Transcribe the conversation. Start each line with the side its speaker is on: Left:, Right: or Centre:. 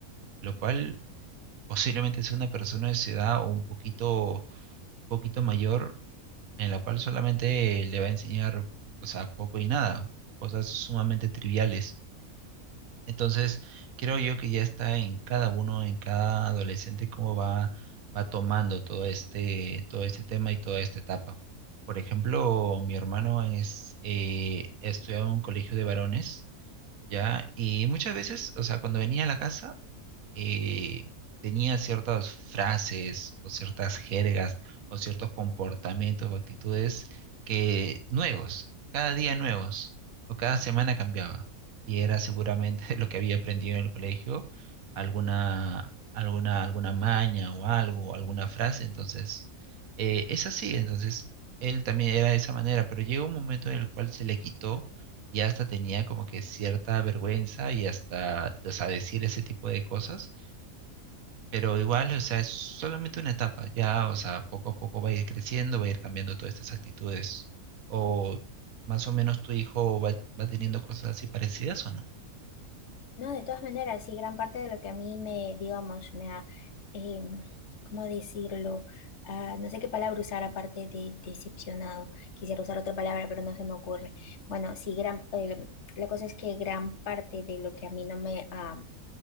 Right: lo cual posiblemente sea una persona de su edad o un poquito, poquito mayor, en la cual solamente le va a enseñar, o sea, poco y nada, cosas sumamente triviales. Entonces, creo yo que ya está en cada uno, en cada adolescente, cómo va, va tomando todo este, todo este tema y toda esta etapa. Por ejemplo, mi hermano es, eh, estudiaba en un colegio de varones, ¿ya? Y muchas veces, o sea, cuando venía a la casa, eh, tenía ciertas frases o ciertas jergas o ciertos comportamientos o actitudes que nuevos, cada día nuevos o cada semana cambiaba. Y era seguramente <laughs> lo que había aprendido en el colegio, alguna, alguna, alguna maña o algo, alguna frase. Entonces, eh, es así. Entonces, él también era de esa manera, pero llegó un momento en el cual se le quitó y hasta tenía como que cierta vergüenza y hasta, o sea, decir ese tipo de cosas pero igual, o sea, es solamente una etapa, ya, o sea, poco a poco va a ir creciendo, va a ir cambiando todas estas actitudes. O más o menos tu hijo va, va teniendo cosas así parecidas o no.
Left: No, de todas maneras, sí, gran parte de lo que a mí me, digamos, me ha, em, ¿cómo decirlo? Ah, no sé qué palabra usar aparte de decepcionado. Quisiera usar otra palabra, pero no se me ocurre. Bueno, sí, gran, em, la cosa es que gran parte de lo que a mí no me, ha